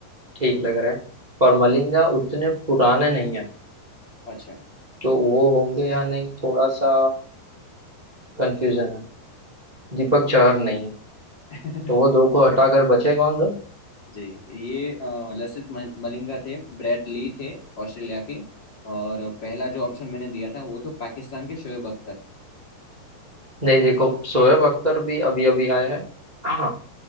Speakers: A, on the right; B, on the left.
A: ठीक लग रहा है पर मलिंगा उतने पुराने नहीं है
B: अच्छा
A: तो वो होंगे या नहीं थोड़ा सा कंफ्यूजन है दीपक चहर नहीं है
B: <laughs>
A: तो वो दो को हटाकर बचे कौन दो
B: जी ये अ, लसित मल- मलिंगा थे ब्रेट ली थे ऑस्ट्रेलिया के और पहला जो ऑप्शन मैंने दिया था वो तो पाकिस्तान के शोएब अख्तर
A: नहीं देखो शोएब अख्तर भी अभी अभी आए हैं हाँ